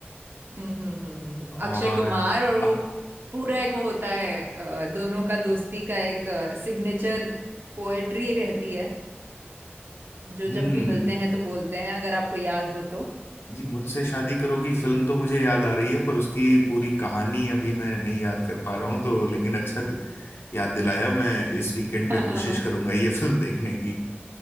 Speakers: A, on the right (about 55°); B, on the left (about 80°).
A: हम्म हम्म हम्म हम्म,
B: और
A: अक्षय कुमार और वो
B: अब
A: पूरा एक वो होता है अ, दोनों का दोस्ती का एक सिग्नेचर पोएट्री रहती है जो
B: हम्म
A: जब भी मिलते हैं तो बोलते हैं अगर आपको याद हो तो
B: जी मुझसे शादी करोगी फिल्म तो मुझे याद आ रही है पर उसकी पूरी कहानी अभी मैं नहीं याद कर पा रहा हूँ तो लेकिन अच्छा दि- याद दिलाया मैं इस वीकेंड
A: <laughs>
B: पे कोशिश करूंगा ये फिल्म देखने की